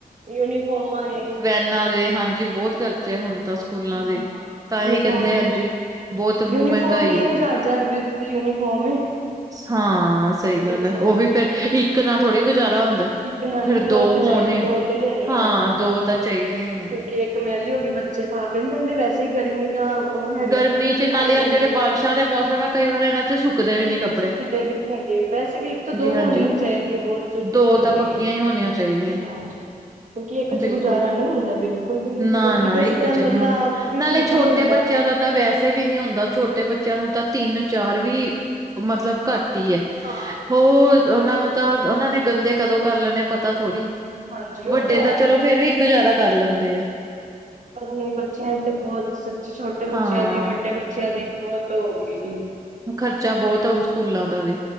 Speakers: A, on the right; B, on the right.
A: ਯੂਨੀਫੋਮਾਂ ਨੇ
B: ਨਾਲੇ ਹਾਂਜੀ ਬਹੁਤ ਖਰਚੇ ਹੁਣ ਤਾਂ ਸਕੂਲਾਂ
A: ਯੂਨੀਫਾਰਮ
B: ਦੇ ਤਾਂ ਹੀ, ਇਹ ਕਹਿੰਦੇ ਹਾਂਜੀ।
A: ਨੇ
B: ਬਹੁਤ ਮਹਿੰਗਾਈ
A: ਯੂਨੀਫਾਰਮ ਹੀ
B: ਹੋ
A: ਹਜ਼ਾਰ,
B: ਗਈ
A: ਹਜ਼ਾਰ ਰੁਪਏ ਦੀ ਤੇ ਯੂਨੀਫਾਰਮ ਏ।
B: ਹਾਂ ਸਹੀ ਗੱਲ
A: ਬੱਚਿਆਂ
B: ਹੈ, ਉਹ ਵੀ
A: ਦੀ
B: ਫਿਰ ਇੱਕ ਨਾਲ ਥੋੜੀ ਗੁਜ਼ਾਰਾ ਹੁੰਦਾ।
A: ਇੱਕ ਨਾਲ
B: ਫਿਰ
A: ਨਹੀ, ਦੋ ਤੇ ਚਾਹੀਦੀ,
B: ਹੋਣ
A: ਦੋ ਤੇ ਲੈਣੀ
B: ਹਾਂ
A: ਲੈਣੀਉ।
B: ਦੋ ਤਾਂ ਚਾਹੀਦੀਆਂ ਹੀ ਆ।
A: ਕੇ ਇਕ ਮੈਲੀ ਹੋ ਗਈ ਬੱਚੇ ਪਾ ਕੇ ਨਹੀ ਜਾਂਦੇ ਵੈਸੇ ਹੀ ਗਰਮੀ ਉਹ ਹੈਗਾ
B: ਗਰਮੀ
A: ਕਿੱਥੇ
B: ਚ ਨਾਲੇ
A: ਪਾਈ ਜਾਂਦੀ
B: ਆ ਜਿਹੜੇ
A: ਹੈ
B: ਬਾਰਿਸ਼ਾਂ ਦੇ ਮੌਸਮ ਹੈ ਕਈ ਵਾਰ ਇਹਨਾਂ ਚ ਸੁੱਕਦੇ ਵੀ ਨ ਕੱ
A: ਸ ਕੁਦੇ ਵੀ ਨਹੀਂ ਹੁੰਗੇ ਵੈਸੇ ਵੀ ਇੱਕ ਤਾਂ ਦੋ
B: ਹਾਂਜੀ
A: ਹੋਣੀ ਹੀ ਚਾਹੀਦੀ ਬਹੁਤ
B: ਦੋ
A: ਜ਼ਰੂਰੀ।
B: ਤਾਂ ਪੱਕੀਆਂ ਹੀ ਹੋਣੀਆਂ ਚਾਹੀਦੀਆਂ
A: ਹਾਂਜੀ ਕਿਉਂਕਿ ਇੱਕ ਚ
B: ਬਿਲਕੁਲ।
A: ਗੁਜ਼ਾਰਾ ਨਹੀਂ ਹੁੰਦਾ ਬਿਲਕੁਲ ਵੀ
B: ਨਾ
A: ਕਿਉਂਕਿ
B: ਨਾ
A: ਕਿਸੇ
B: ਇੱਕ
A: ਟਾਈਮ
B: ਚ ਨਹੀਂ
A: ਬੰਦਾ।
B: ਹੁੰਦਾ ਨਾਲੇ
A: ਆਪ ਵੀ ਠੀਕ
B: ਛੋਟੇ
A: ਨਹੀਂ ਹੁੰਦਾ
B: ਬੱਚੇ। ਬੱਚਿਆਂ ਦਾ ਤਾਂ ਵੈਸੇ ਵੀ ਨਹੀਂ ਹੁੰਦਾ ਛੋਟੇ ਬੱਚਿਆਂ ਨੂੰ ਤਾਂ ਤਿੰਨ ਚਾਰ ਵੀ ਮਤਲਬ ਘੱਟ। ਟੀ ਹੈ
A: ਹਾਂ।
B: ਹੋਰ ਉਹਨਾਂ ਨੂੰ ਤਾਂ ਉਹਨਾਂ ਨੇ ਗੰਦੇ ਕਦੋਂ ਕਰ ਲੈਣੇ ਪਤਾ ਥੋੜ੍ਹੀ।
A: ਹਾਂਜੀ ਉਹ
B: ਵੱਡੇ
A: ਤੇ
B: ਤਾਂ ਚਲੋ ਫੇਰ ਵੀ ਗੁਜ਼ਾਰਾ ਕਰ ਲੈਂਦੇ ਆ।
A: ਹ ਬੱਚਿਆਂ ਤੇ ਬਹੁਤ ਸਕ। ਛੋਟੇ ਬੱਚਿਆਂ
B: ਹਾਂ
A: ਦੀ'ਵੱਡੇ ਬੱਚਿਆਂ ਦੀ ਬਹੁਤ ਹੋ ਗਈ ਸੀ।
B: ਖ਼ਰਚਾ ਬਹੁਤ ਹੁਣ ਸਕੂਲਾਂ ਦਾ ਵੀ'